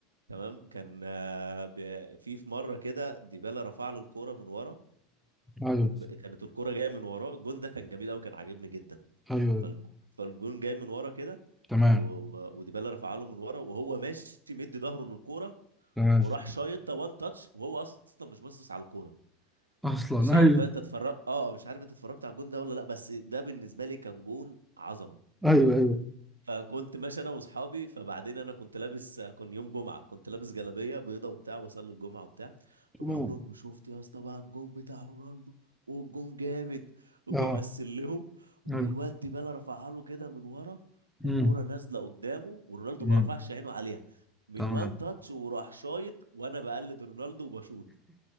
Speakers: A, on the right (about 85°); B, in the centre.
A: تمام كان آه، بي- في في مره كده ديبالا رفع له الكوره من ورا
B: ايوه
A: ب- كانت الكرة جاية من وراه الجون ده كان جميل قوي كان عاجبني جدا
B: ايوه
A: فالج... فالجون جاي من ورا كده
B: تمام
A: و... و... وديبالا رفع له من ورا وهو ماشي مدي ظهره للكرة
B: تمام
A: وراح شايطها وان تاتش وهو اصلا مش باصص على الكرة
B: اصلا
A: مش عارف
B: ايوه
A: بقى انت اتفرجت اه مش عارف انت اتفرجت على الجون ده ولا لا بس ده بالنسبة لي كان جون عظمة
B: ايوه ايوه
A: فكنت ماشي انا واصحابي فبعدين انا كنت لابس كان يوم جمعه كنت لابس جلابيه بيضه وبتاع وبصلي الجمعه وبتاع فبقول
B: تمام
A: لهم شفت يا اسطى بقى الجون بتاع رونالدو والجون جامد وبمثل
B: اه
A: لهم والواد
B: ايوه
A: ديبالا رفعها له كده من ورا والكره
B: أمم.
A: نازله قدامه ورونالدو
B: تمام
A: ما رفعش عينه عليها من
B: تمام
A: وان تاتش وراح شايط وانا بقلد رونالدو وبشوط